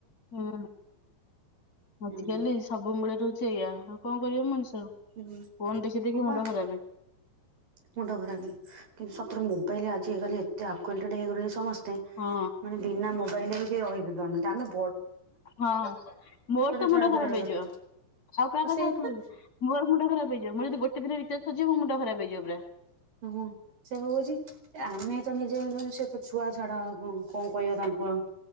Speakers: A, on the left; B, on the right.
A: ହୁଁ ଆଜିକାଲି
B: ଏମିତି।
A: ସବୁ ମୂଳେ ରହୁଛି। ସେଇଆ ଆଉ କଣ କରିବ ମଣିଷ ।
B: ହୁଁ।
A: ଫୋନ ଦେଖି ଦେଖି
B: ହଁ ବା।
A: ମୁଣ୍ଡ ଖରାପ ।
B: ମୁଣ୍ଡ ଖରାପ । କିନ୍ତୁତଥିରେ ମୋବାଇଲ ଆଜି ହେଗଲି ଏତେ ଆକ୍ୱାଣ୍ଟେଡ଼ ହେଇଗଣି ସମସ୍ତ।
A: ହଁ
B: ମାନେ ବିନା ମ କହଲେ ବି ସେ ରହିିବେ ଆମ।
A: ହଁ ମୋର ତ
B: ଛଡା
A: ମୁଣ୍ଡ
B: ଦୂରର
A: ଖରାପ
B: କଥା
A: ହେଇଯିବ ଆଉ କାହା କଥା
B: ସେଇପା
A: କ ମୋର ମୁଣ୍ଡ ଖରାପ ହେଇଯିବ ମୁଁ ଯଦି ଗୋଟେ ଦିନ ରିଚାର୍ଜ ସରିଯିବ ମୋ ମୁଣ୍ଡ ଖରାପ ହେଇଯିବ। ପୁରା।
B: ହୁଁ ସେ ଭ କହୁଛି ଆମେ ତ ନିଜେ ସେ ତ ଛୁଆ ଛାଡା କଣ କହିବ ତାଙ୍କୁ ଆଉ।